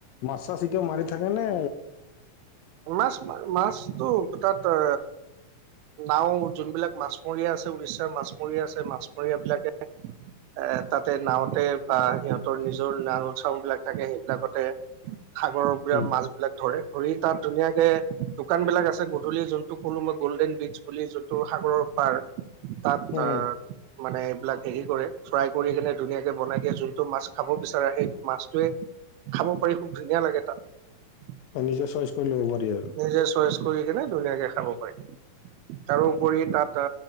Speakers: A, on the left (about 80°); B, on the right (about 85°).
A: মাছ চাছ এতিয়াও মাৰি থাকে নে?
B: মাছ ম মাছতটো তাত আ নাও যোনবিলাক মাছমৰীয়া আছে উৰিষ্যাৰ মাছমৰীয়া আছে মাছমৰীয়াবিলাকে এ তাতে নাওতে বা সিহঁতৰ নিজৰ নাম উৎসও বিলাক থাকে সেইবিলাকতে সাগৰৰ পৰা
A: উম,
B: মাছ এইবিলাক ধৰে ধৰি তাত ধুনীয়াকে দোকান বিলাক আছে গধূলি যোনটো ক'লো মই গ'ল্ডেন বীচ বুলি যোন টো সাগৰৰ পাৰ তাত
A: উম,
B: আহ মানে এইবিলাক হেৰি কৰে ফ্ৰাই কৰি কেনে ধুনীয়াকে বনাই দিয়ে যোনটো মাছ খাব বিচাৰে সেই মাছটোৱে খাব পাৰি খুব ধুনীয়া লাগে তাত
A: নিজে চইচ কৰি ল'ব পাৰি আৰু
B: নিজে চইচ কৰি কিনে ধুনীয়াকে খাব পাৰি তাৰোপৰি তাত